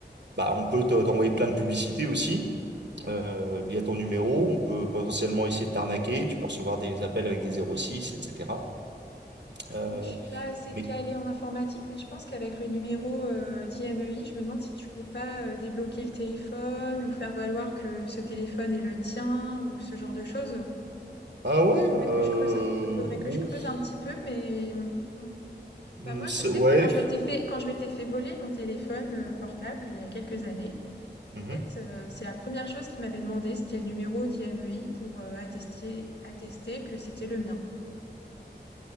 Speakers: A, on the right (about 80°); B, on the left (about 70°).
A: Bah, on peut te- t'envoyer plein de publicités aussi euh, via ton numéro. On peut potentiellement essayer de t'arnaquer. Tu peux recevoir des appels avec des 06, etc. Euh,
B: Moi, je suis pas assez
A: mais
B: calée en informatique, mais je pense qu'avec le numéro euh, d'IMEI, je me demande si tu peux pas euh, débloquer le téléphone ou faire valoir que ce téléphone est le tien ou ce genre de choses.
A: ah ouais,
B: Faudrait
A: euh,
B: que je creuse, faudrait que
A: ouf,
B: je creuse un petit peu, mais mm. bah
A: euh,
B: moi,
A: c'est-
B: je sais
A: ouais.
B: que quand je m'étais fait, quand je m'étais fait voler mon téléphone euh, portable il y a quelques années,
A: Mhm.
B: en fait, euh, c'est la première chose qu'ils m'avaient demandé, c'était le numéro d'IMEI pour euh, attester, attester que c'était le mien.